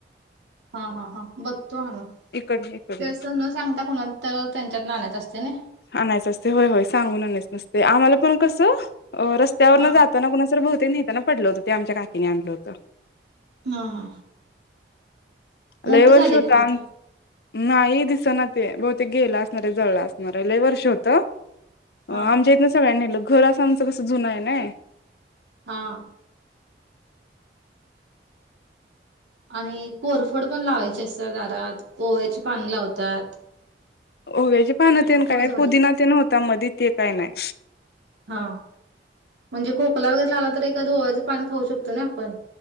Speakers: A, on the right; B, on the left.
A: हा हा हा बघतो आणून
B: इकडन इकडन
A: ते असं न सांगता कोणाला. तर त्यांच्यातन आणायच असते नय.
B: आणायचं असते होय होय सांगून आणायचं नसते आम्हाला पण कसं रस्त्यावर
A: हा
B: न जात. होताना कुणाच तर भवतेक नेताना पडलं होत ते आमच्या काकीने आणलं होतं.
A: हा हा. मोठं
B: लय वर्ष
A: झाले
B: होतं
A: काय म आता
B: आम. नाही दिस ना ते बहु ते गेलं असणारे जळलं असणारे लय वर्ष होत.
A: हा
B: आमच्या इथन सगळ्यांनी नेल घर असं आमचं कसं जुन आहे नाही.
A: हा. आणि कोरफड पण लावायची असतात दारात ओव्याचे पाण लावतात.
B: ओव्याची पानं
A: भरपूर
B: तेन काय नाही
A: झाड
B: पुदिना तेन होता मधी ते काय नाही.
A: हा म्हणजे खोकला वगैरे आला तर एखाद ओव्याचं पान खाऊ शकतो ना आपण.